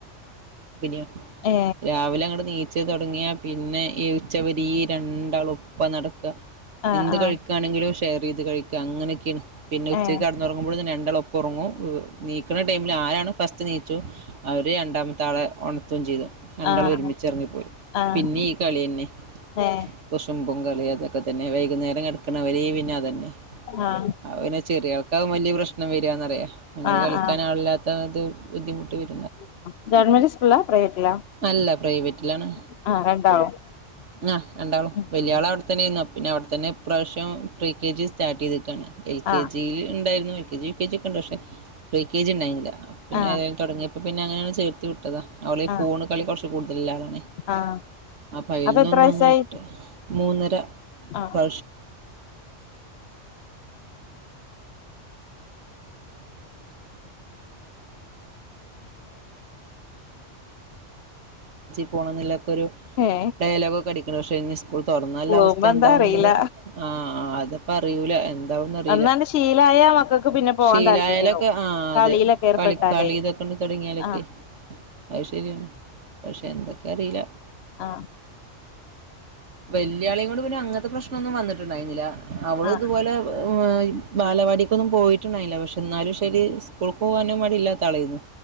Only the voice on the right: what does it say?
<inaudible> <unintelligible> <inaudible>
<unintelligible>
<inaudible>
<inaudible> <inaudible> <inaudible>
<inaudible>
<inaudible>
<inaudible> <inaudible>
<unintelligible> <inaudible>
<inaudible>
അല്ല പ്രൈവറ്റിലാണ് ആഹ് <inaudible> <inaudible> <inaudible>
<inaudible> <inaudible>
<inaudible>
<inaudible>
<inaudible>
<inaudible> <unintelligible> <inaudible> <inaudible> കെ
ജി പോണംന്ന്ല്ല. ഒരു
ഡയലോഗ് ഒക്കെ അടിക്കണം, പക്ഷേ ഇഞ്ഞ് സ് കൂൾ തൊറന്നല്ല
അവസ്ഥ
എന്താവുന്നുള്ളത്
ആ ആ അതെപ് പറയൂല എൻ ന്താവുന്ന് അറീല,
ശീലായാലൊക്കെ
ആ അതെ
കളി കളിതൊക്കെ ഒന്ന് തൊടങ്ങിയാൽ ഒക്കെ
അയ്ശേരി ആണ് പഷേ ന്തക്ക് അറീല.
വല്ലിയാളേം കൊണ്ട് പിന്നെ അങ്ങത്തെ പ്രശ്നം ഒന്നും വന്നിട്ട്ണ്ടായ്ന്നില്ല. അവളു
ഇതുപോലെ വ് മ് ഈ ബാലവാടിക്കൊന്നും പോയിട്ട്ണ്ടയില്ല, പക്ഷേ ഇന്നാലും ശെരി സ്കൂൾക്ക് പോവാനും മടി ഇല്ലാത്ത ആളായിരുന്നു.